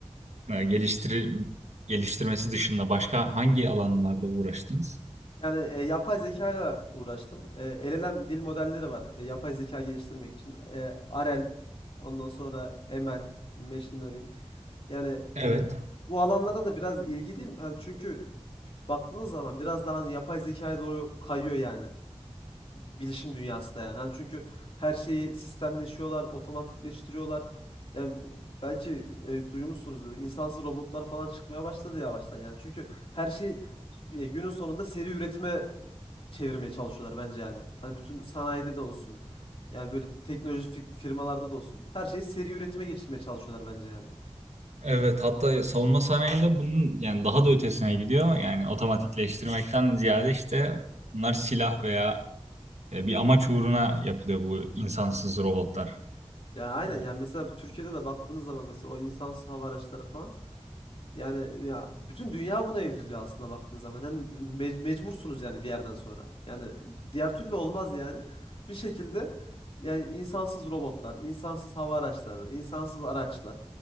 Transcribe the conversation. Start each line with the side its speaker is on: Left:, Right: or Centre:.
Right: e, geliştir geliştirmesi dışında başka hangi alanlarda uğraştınız?
Left: Yani e, yapay zekayla uğraştım. E, LLM dil modelleri var. E, yapay zeka geliştirmek için. E, RL, ondan sonra ML, Machine Learning. Yani
Right: Evet.
Left: bu alanlara da biraz ilgiliyim. Hani çünkü baktığınız zaman biraz daha hani yapay zekaya doğru kayıyor yani. Bilişim dünyası da yani. Hani çünkü her şeyi sistemleşiyorlar, otomatikleştiriyorlar. Yani belki e, duymuşsunuzdur. İnsansız robotlar falan çıkmaya başladı yavaştan yani. Çünkü her şey e, günün sonunda seri üretime çevirmeye çalışıyorlar bence yani. Hani bütün sanayide de olsun. Yani böyle teknoloji fi- firmalarda da olsun. Her şeyi seri üretime geçirmeye çalışıyorlar bence yani.
Right: Evet hatta savunma sanayinde bunun yani daha da ötesine gidiyor. Yani otomatikleştirmekten ziyade işte bunlar silah veya e, bir amaç uğruna yapılıyor bu insansız robotlar.
Left: Yani aynen
Right: E,
Left: yani mesela Türkiye'de de baktığınız zaman mesela o insansız hava araçları falan yani ya bütün dünya buna evriliyor aslında baktığınız zaman. Yani mec- mecbursunuz yani bir yerden sonra. Yani diğer türlü olmaz yani. Bir şekilde yani insansız robotlar, insansız hava araçları, insansız araçlar.